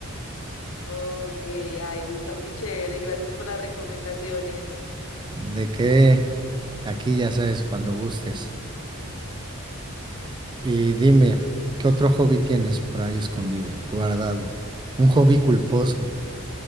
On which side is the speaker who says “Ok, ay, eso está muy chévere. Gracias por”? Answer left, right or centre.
Left